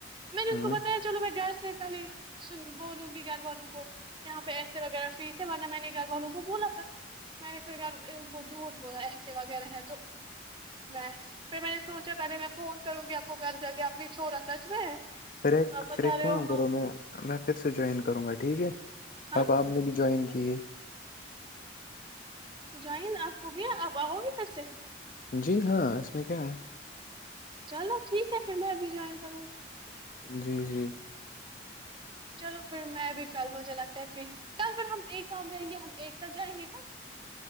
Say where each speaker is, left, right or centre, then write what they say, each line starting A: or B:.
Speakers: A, on the right; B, on the left.
A: میں نے
B: ہاں
A: ان کو بتایا چلو میں گھر سے پہلے سن بولوں گی گھر والوں کو یہاں پہ ایسے وغیرہ پھر سے برنا میں نے گھر والوں کو بولا تھا میں نے پھر گھر ان کو جھوٹ بولا ایسے وغیرہ ہے تو میں پھر میں نے سوچا پہلے میں فون کروں گی وہ گھر جا کے اپنی چھوڑا سچ میں
B: پھر ایک
A: آپ بتا
B: پھر ایک
A: رہے
B: کام
A: ہو
B: کرو
A: ہاں
B: میں میں پھر سے جوائن کروں گا ٹھیک ہے
A: ہاں
B: آپا آپ نے بھی جوائن کیا جٹھ
A: جوائن آپ کو گیا آپ آؤ گے پھر سے
B: جی ہاں اس میں کیا ہے
A: چلو ٹھیک ہے پھر میں ابھی جوائن کروں گی
B: جی جی
A: چلو پھر میں بھی کل مجھے لگتا ہے پھر کل پھر ہم ایک کاؤ گیں گے ہم ایک ساتھ جائیں گے کل